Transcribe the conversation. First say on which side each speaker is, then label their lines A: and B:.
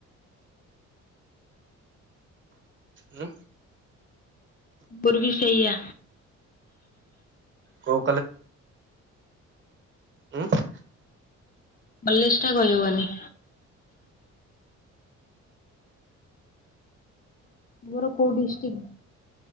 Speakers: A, on the right; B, on the left.
A: ଉଁ
B: ମୋର ବି ସେଇଆ।
A: କୋଉ ହୁଁ।
B: <unintelligible> କହିବନି। ମୋର କଉ ଡିସଟିକ।